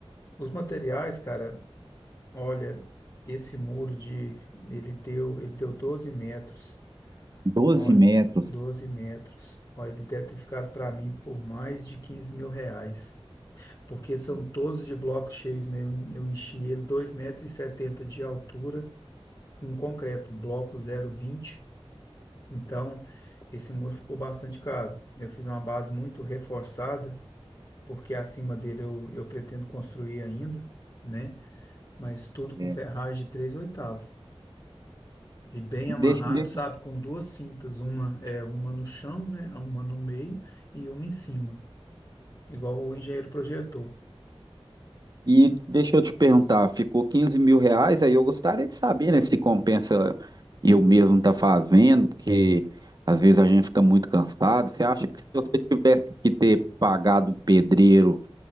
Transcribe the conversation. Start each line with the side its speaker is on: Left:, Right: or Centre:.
Left: Os materiais, cara, olha, esse muro de, ele deu, ele deu 12 metros,
Right: 12
Left: olha,
Right: metros.
Left: 12 metros. Olha, ele deve ter ficado para mim por mais de quinze mil reais porque são
Right: Hum,
Left: todos de blocos cheios, né? Eu, en- eu enchi ele dois metros e setenta de altura, com concreto, bloco zero vírgula vinte Então, esse muro ficou bastante caro. Eu fiz uma base muito reforçada, porque acima dele eu, eu pretendo construir ainda, né? Mas tudo com
Right: É.
Left: ferragem de 3 oitavos. E bem
Right: Deixa,
Left: amarrado,
Right: deixa.
Left: sabe? Com duas cintas, uma é uma no chão, né? Uma no meio e uma em cima, igual o engenheiro projetou.
Right: E deixa eu te perguntar, ficou quinze mil reais, aí eu gostaria de saber, né, se compensa eu mesmo tá fazendo, porque às vezes a gente fica muito cansado. Você acha que se você tivesse que ter pagado o pedreiro